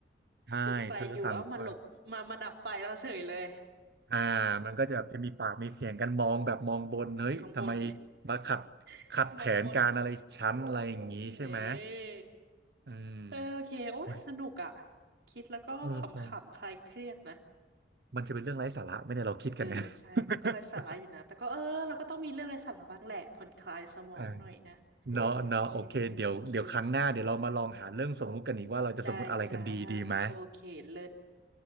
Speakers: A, on the right (about 65°); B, on the right (about 80°).
A: ใช่เธอสั่งไฟ
B: จุดไฟอยู่ เอามาหลบมามาดับไฟเราเฉยเลย
A: อ่ามันก็จะจะมีปากมีเสียงกันมองแบบมองบนเฮ้ยทำไม
B: มองบน
A: มาขัด
B: <laughs>
A: ขัดแผนการอะไรชั้นอะไรอย่างนี้ใช่ไหม
B: มองบน เออ
A: อืม
B: เออโอเค โอ้ยสนุกอ่ะ
A: โอ้ย
B: คิดแล้วก็ขำๆคลายเครียดนะ
A: เออพอมันจะเป็นเรื่องไร้สาระไหมเนี่ยเราคิดกันเนี่ย
B: เออใช่มันก็ไร้สาระอยู่นะแต่ก็เออเราก็ต้องมีเรื่องไร้สาระบ้างแหละผ่อนคลายสมองหน่อยนะ
A: <laughs> อ่า เนาะเนาะโอเคเดี๋ยวเดี๋ยวครั้งหน้าเดี๋ยวเรามาลองหาเรื่องสมมุติกันอีกว่าเราจะสมมุติอะไรกันดีดีไหม
B: เออโอเคได้จ้าโอเคเลิศ